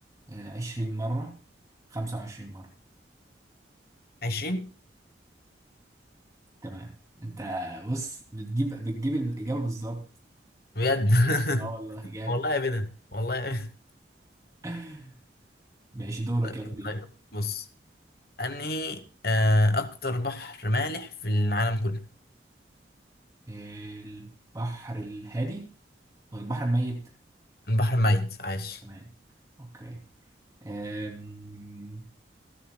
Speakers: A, on the right; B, on the left.
A: آه 20 مرة 25 مرة
B: 20
A: تمام انت بص بتجيب بتجيب الإجابة بالظبط
B: بجد
A: اه
B: <laughs>
A: والله جامد
B: والله ابدا والله أبداً.
A: <laughs> ماشي دورك
B: طيب
A: يلا بينا
B: طيب بص انهي آه، اكتر بحر مالح في العالم كله
A: البحر الهادي ولا البحر الميت
B: البحر الميت عايش
A: تمام اوكي آم،